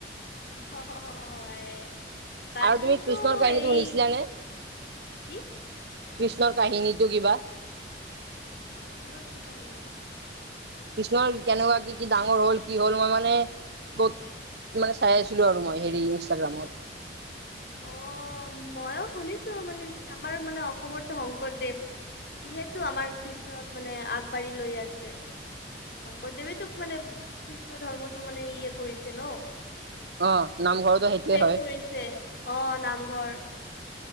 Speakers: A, on the left; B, on the right.
A: অ হয়। বাকীতো
B: আৰু তুমি কৃষ্ণৰ কাহিনীটো
A: এই
B: শুনিছিলানে?
A: কি
B: কৃষ্ণৰ কাহিনীটো কিবা?
A: কৃষ্ণৰ কি কাহিনী?
B: কৃষ্ণৰ কেনেকুৱা কি কি ডাঙৰ হ'ল, কি হ'ল মই মানে ক'ত। মানে চাই আছিলোঁ আৰু মই হেৰি ইনষ্টাগ্ৰামত।
A: অ মইয়ো শুনিছোঁ মানে আমাৰ মানে অসমতো শংকৰদেৱ- যিহেটো আমাৰ কৃষ্ণত মানে আগবাঢ়ি লৈ আছে। শংকৰদেৱে তোক মানে কৃষ্ণ ধৰ্মটো মানে ইয়ে কৰিছে ন-
B: অ নামঘৰতো সেইটোৱে
A: স্প্ৰেড
B: হয়
A: কৰিছে আহ নামঘৰ-